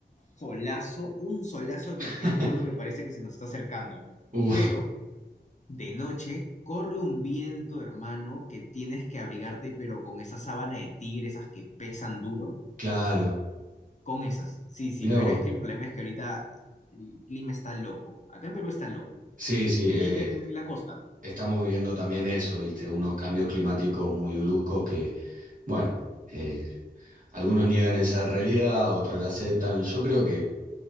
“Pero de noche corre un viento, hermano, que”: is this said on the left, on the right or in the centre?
Left